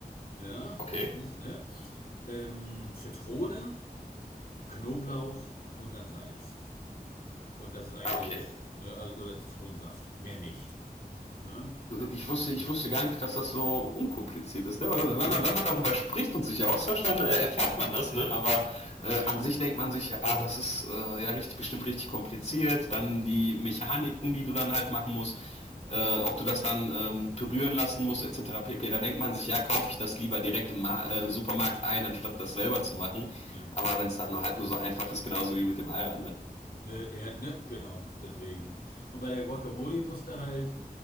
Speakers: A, on the left (about 75°); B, on the left (about 45°).
A: Ja,
B: Okay.
A: wissen nicht, ne? Ähm, Zitrone, Knoblauch und dann Salz. Und das ist eigentlich,
B: Ah, okay.
A: ne, also, oder Zitronensaft, mehr nicht. Ne?
B: Ich wusste,
A: Und,
B: ich wusste gar nicht, dass das so unkompliziert ist. Ne? Wenn,
A: mhm.
B: man, wenn man darüber spricht und sich austauscht, dann äh, erfährt man das. Ne? Aber
A: Ja,
B: äh,
A: ja, ja,
B: an sich denkt man sich, ah, das ist äh, ja richtig, bestimmt richtig kompliziert. Dann die Mechaniken, die du dann halt machen musst, äh, ob du das dann ähm, pürieren lassen musst, etc. pp. Da denkt man sich, ja, kaufe ich das lieber direkt im Ma äh, Supermarkt ein, anstatt das selber zu machen.
A: ne.
B: Aber wenn es dann nur, halt nur so einfach ist, genauso wie mit dem Eiran. Ne?
A: Ne, ja, ne, genau, deswegen. Und bei der Guacamole musst du halt,